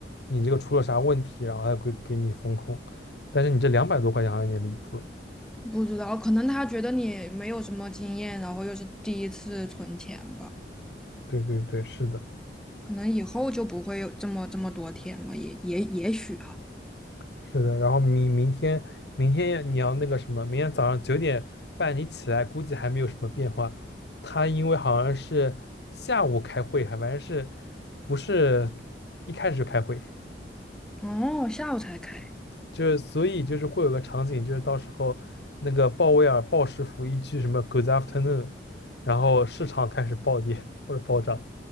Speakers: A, on the left; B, in the centre.
A: 你这个出了啥问题，然后还会给你风控。但是你这两百多块钱好像有点离谱了。
B: 不知道，可能他觉得你没有什么经验，然后又是第一次存钱吧，
A: 对对对，是的，
B: 可能以后就不会有这么这么多天了，也也也许哈。
A: 是的。然后明明天明天你要那个什么，明天早上九点半你起来，估计还没有什么变化。他因为好像是下午开会，还反正是不是一开始就开会。
B: 哦，下午才开，
A: 就是所以就是会有个场景，就是到时候那个鲍威尔鲍师傅一句什么 "Good afternoon"，然后市场开始暴跌或者暴涨，